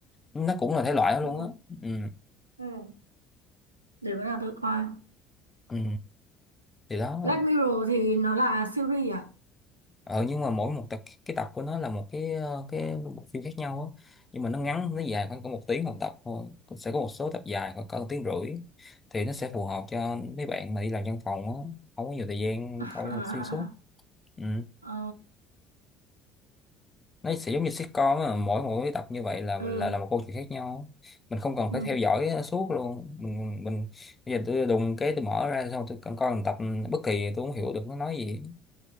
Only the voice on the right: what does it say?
ừ
ừ Để bữa nào tôi coi.
Black Mirror thì nó là series à?
<laughs>
À,
Ờ,
ừ.
Ừ.